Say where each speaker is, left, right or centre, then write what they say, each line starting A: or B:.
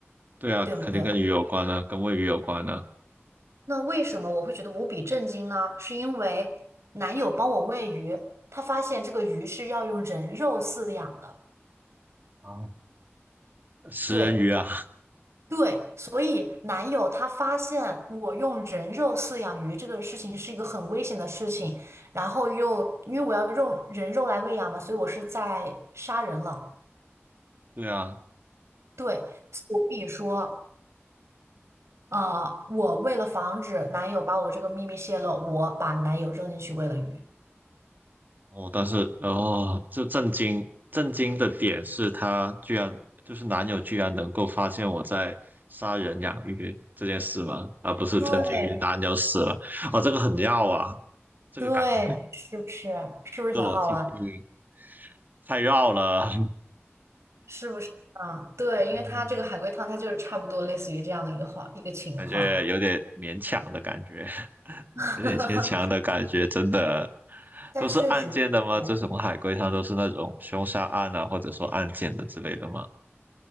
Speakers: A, on the right (about 45°); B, on the right (about 75°).
A: 对啊，
B: 对不对？
A: 肯定跟鱼有关的，跟喂鱼有关的
B: 那为什么我会觉得无比震惊呢？是因为男友帮我喂鱼，他发现这个鱼是要用人肉饲养的。
A: 啊，食人鱼啊，
B: 对。对，所以男友他发现我用人肉饲养鱼这个事情是一个很危险的事情，然后又因为我要用人肉来喂养嘛，所以我是在杀人了。
A: 对啊，
B: 对，所以说，呃，我为了防止男友把我这个秘密泄露，我把男友扔进去喂了鱼。
A: 哦，但是哦，这震惊震惊的点是他居然就是男友居然能够发现我在杀人养鱼这件事吗？啊，不是震惊于男友死了。
B: 对
A: 哦，这个很绕啊，这个感觉
B: 对，是不是？是不是很好玩？
A: 这个逻辑性太绕了，
B: 是不是啊？对，因为它这个海龟汤，
A: <laughs>
B: 它就是差不多类似于这样的一个话一个情况，
A: 感觉有点勉强的感觉，
B: <laughs>
A: 有点牵强的感觉，真的。
B: 但确实。
A: 都是案件的吗？
B: 是。
A: 这什么海龟汤都是那种凶杀案啊，或者说案件的之类的吗？